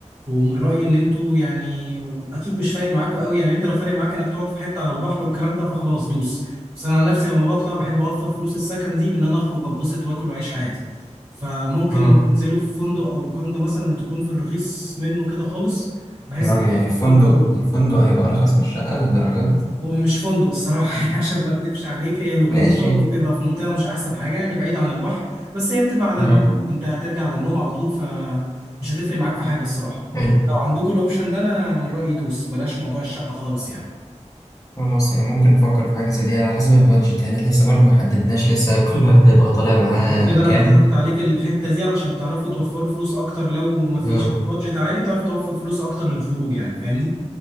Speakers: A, on the right; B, on the left.
A: ومن رأيي ان انتوا يعني اكيد مش فارق معاكوا قوي يعني انت لو فارق معاك انك تقعد في حته على البحر والكلام ده فخلاص دوس بس انا عن نفسي لما بطلع بحب اوفر فلوس السكن دي بان انا اخرج اتبسط واكل واعيش حياتي فممكن
B: اه
A: تنزلوا في فندق او لوكاندا مثلا تكون في الرخيص منه كده خالص بحيث
B: يا راجل
A: ان أنت
B: يعني الفندق
A: توفر فلوس
B: الفندق هيبقى ارخص من الشقه للدرجه دي
A: ومش فندق الصراحه <laughs> يعني عشان ما اكدبش عليك هي لوكاندا
B: ماشي
A: وبتبقى في منطقه مش احسن حاجه يعني بعيد عن البحر بس هي بتبقى على
B: اه
A: النيل انت هترجع على النوم على طول فمش هتفرق معاك في حاجه الصراحه
B: حلو
A: لو عندكم الاوبشن ده انا من رايي دوس بلاش موضوع الشقه خالص يعني
B: خلاص يعني ممكن نفكر في حاجه زي دي على حسب البادجت يعني لسه برضو ما حددناش لسه كل واحد هيبقى طالع معاه
A: عشان كده
B: كام
A: انا اقترحت عليك الحته دي علشان تعرفوا توفروا فلوس اكتر لو مفيش
B: آه.
A: بادجت عالي تعرف توفر فلوس اكتر للخروج يعني فاهمني